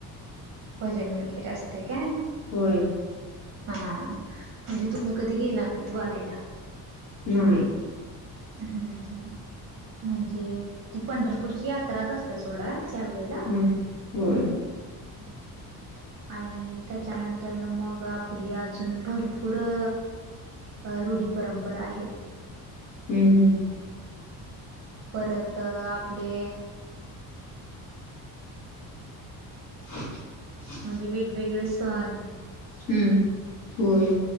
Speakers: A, on the right (about 35°); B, on the left (about 55°).
A: भजन वगैरे असतंय काय?
B: होय
A: हा, म्हणजे तुम्ही कधी गेला नाहीत वारीला.
B: नाही.
A: हम्म हम्म म्हणजे, ती पंढरपूरची यात्राच असत्या सोडा, त्यावेेळेला.
B: हम्म होय
A: हम्म आणि त्याच्यानंतर मग आपली अजून भरपूर अ अ रूढी परंपरा आहे.
B: हम्म हम्म
A: परत अ आपले
B: <unintelligible>
A: म्हणजे वेगवेगळे सण
B: हम्म होय